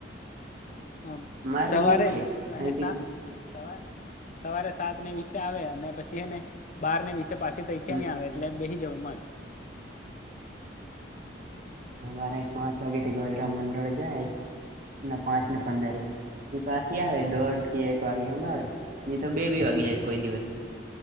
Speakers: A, on the left; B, on the right.
A: હમ્મ
B: માર
A: સવારે
B: બી ઈજ છે
A: અને
B: અહીંથી
A: સા સવા સવારે સાત ને વિશે આવે. અને પછી એને બાર ને વિસે પાછી તાથીં
B: હમ
A: આવે એટલે બેહી જાવાનું
B: અમારે પાંચ વાગેથી ગોધરા મંડળ જાય. અને
A: એમ
B: પાંચ ને
A: જ
B: પંદરે એની પાછી આવે દોઢ કે એક વાગે એમ આવે. ને તો બે બી વાગે જાય કોઈ દિવસ.